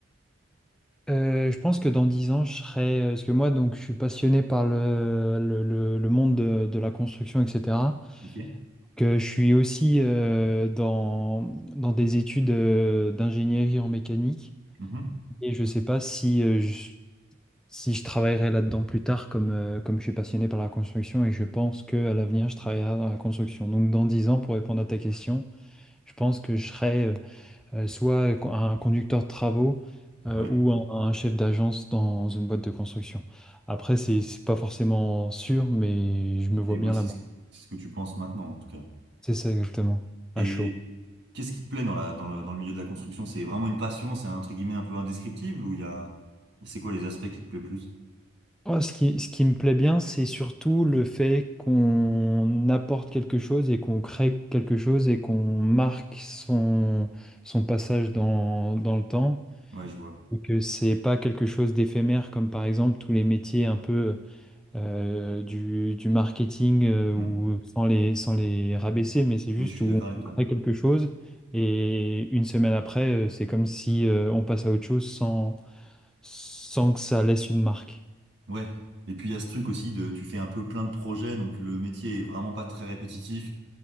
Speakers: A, in the centre; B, on the right.
A: Euh, je pense que dans 10 ans, je serai. euh, Parce que moi, donc, je suis passionné par le, le, le- le monde de, de la construction, etc.
B: Ok.
A: Que je suis aussi euh, dans, dans des études euh, d'ingénierie en mécanique.
B: Mhm.
A: Et je ne sais pas si, euh, je, si je travaillerai là-dedans plus tard, comme, euh, comme je suis passionné par la construction. Et je pense qu'à l'avenir, je travaillerai dans la construction. Donc, dans 10 ans, pour répondre à ta question, je pense que je serai. euh, euh, soit co- un conducteur de travaux euh,
B: Ouais.
A: ou un, un chef d'agence dans une boîte de construction. Après, c'est c'est pas forcément sûr, mais je me vois
B: Et ouais,
A: bien
B: c'est
A: là-bas.
B: ce, c'est ce que tu penses maintenant, en tout cas.
A: C'est ça exactement, à
B: Et
A: chaud.
B: qu'est-ce qui te plaît dans la, dans le, dans le milieu de la construction? C'est vraiment une passion, c'est un, entre guillemets un peu indescriptible ou il y a, c'est quoi les aspects qui te plaît plus?
A: Moi, ce qui, ce qui me plaît bien, c'est surtout le fait qu'on apporte quelque chose et qu'on crée quelque chose et qu'on marque son, son passage dans, dans le temps.
B: Ouais, je vois.
A: Et que c'est pas quelque chose d'éphémère comme par exemple tous les métiers un peu euh, du, du marketing euh,
B: Mm.
A: ou sans les, sans les rabaisser, mais c'est juste
B: Oui, je suis
A: où
B: d'accord avec
A: on
B: toi.
A: crée quelque chose et une semaine après, euh, c'est comme si euh, on passe à autre chose sans, sans que ça laisse une marque.
B: Ouais. Et puis il y a ce truc aussi de, tu fais un peu plein de projets, donc le métier est vraiment pas très répétitif.